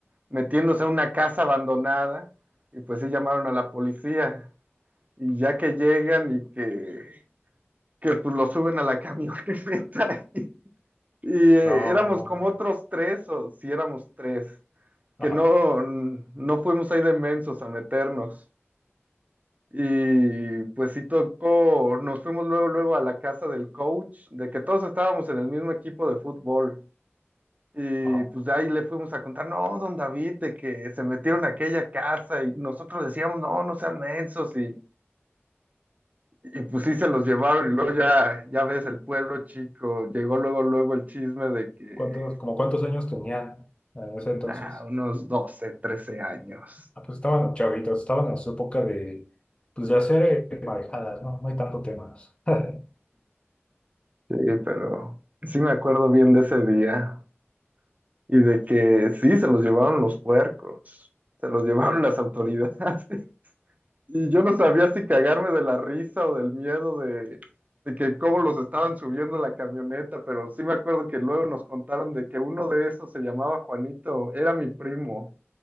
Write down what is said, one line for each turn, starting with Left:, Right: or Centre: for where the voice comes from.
Right: metiéndose a una casa abandonada y pues sí llamaron a la policía y ya que llegan y que, que pues lo suben a la camioneta <laughs> y, eh,
Left: No,
Right: éramos como otros tres o si éramos tres,
Left: ajá,
Right: que no, no fuimos ahí de mensos a meternos. Y pues sí tocó, nos fuimos luego, luego a la casa del coach, de que todos estábamos en el mismo equipo de fútbol. Y
Left: ajá.
Right: pues de ahí le fuimos a contar, no, don David, de que se metieron a aquella casa y nosotros decíamos, no, no sean mensos y, y pues sí se los llevaron y luego ya, ya ves el pueblo chico, llegó luego, luego el chisme de que,
Left: ¿Cuántos, como cuántos años tenían en ese entonces?
Right: ah, unos 12 13 años.
Left: Ah, pues estaban chavitos, estaban en su época de, pues de hacer eh, marejadas, ¿no? No hay tanto temas. <laughs>
Right: Sí, pero sí me acuerdo bien de ese día. Y de que sí, se los llevaron los puercos, se los <laughs> llevaron las autoridades. <laughs> Y yo no sabía si cagarme de la risa o del miedo de, de que cómo los estaban subiendo a la camioneta, pero sí me acuerdo que luego nos contaron de que uno de esos se llamaba Juanito, era mi primo,